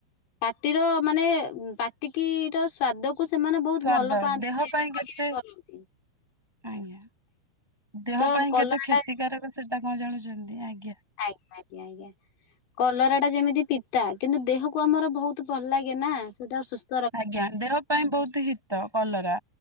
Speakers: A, on the left (about 80°); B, in the centre.
A: ପାଟିର ମାନେ ଉଁ, ପାଟ କିି ର ଦକୁ ସେମାନେ ବହୁତ
B: ସ୍ଵାଦ
A: ଭଲ ପାଆନ୍ତି
B: ଦେହ
A: କହେ
B: ପାଇଁ
A: ଯେ
B: କେତେ
A: କହିବେ ଭଲ ହୁଅନ୍ତି।
B: ଆଜ୍ଞା ଦେହ
A: ତ
B: ପାଇଁ
A: କଲରାଟା
B: କେତେ କ୍ଷତିକାରକ ସେ ସେଟା କଣ ଜାଣୁଚନ୍ତି ଆଜ୍ଞା।
A: ଆଜ୍ଞା, ଆଜ୍ଞା, ଆଜ୍ଞା। କଲରା ଟା ଯେମିତି ପିତା କିନ୍ତୁ ଦେହକୁ ଆମର ବହୁତ ଭଲ ଲାଗେ ନା ସେଟା ସୁସ୍
B: ଆଜ୍ଞା ଦେହ ପାଇଁ ବହୁତ ହିତ କଲରା।